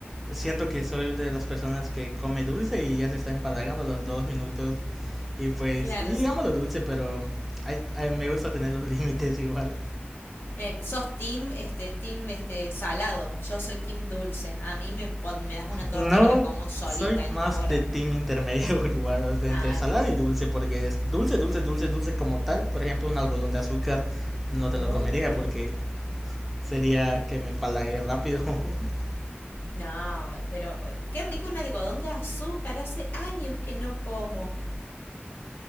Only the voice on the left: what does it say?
Claro,
s-
eh, sos team, este, team, este, salado. Yo soy team dulce. A mí me, pon- me das una torta
y me la como solita
en
una hora.
Ah,
¡ay,
qué rico!
No, pero eh, qué rico un algodón de azúcar. Hace años que no como.